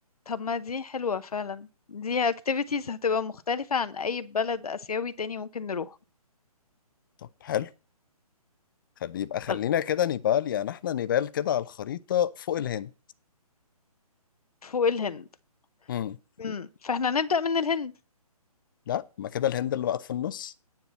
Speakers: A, on the left; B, on the left.
A: طب ما دي حلوة فعلا دي activities هتبقى مختلفة عن أي بلد آسيوي تاني ممكن نروح
B: طب حلو خلي يبقى خلينا
A: خل-
B: كده نيبال يعني احنا نيبال كده على الخريطة فوق الهند
A: فوق الهند
B: امم
A: مم. فاحنا نبدأ من الهند
B: لا ما كده الهند اللي بقت في النص